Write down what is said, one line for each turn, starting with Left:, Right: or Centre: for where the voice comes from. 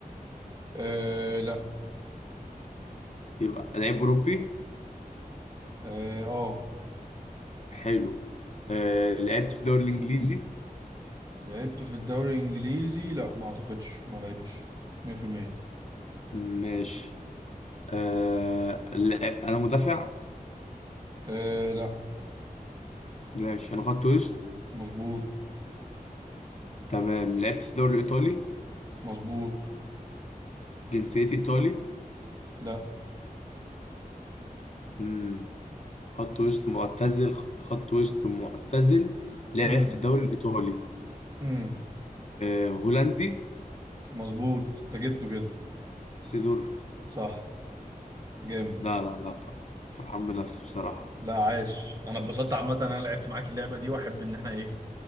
Right: آه لا
Left: يبقى لعيب اوروبي
Right: اه آه.
Left: حلو آه لعبت في الدوري الانجليزي
Right: لعبت في الدوري الانجليزي لا ما اعتقدش ما لعبتش 100%
Left: ماشي آه لعب... انا مدافع
Right: آه لا
Left: ماشي انا خدت وسط
Right: مظبوط
Left: تمام لعبت في الدوري الايطالي
Right: مظبوط
Left: جنسيتي ايطالي
Right: لا
Left: امم خط وسط معتزل خط وسط معتزل لعب
Right: امم
Left: في الدوري الايطالي
Right: امم
Left: أه هولندي
Right: مظبوط انت جبته كده
Left: سيدورف
Right: صح جامد
Left: لا لا لا فرحان بنفسي بصراحة
Right: لا عاش انا اتبسطت عامه إن انا لعبت معاك اللعبه دي واحب ان احنا ايه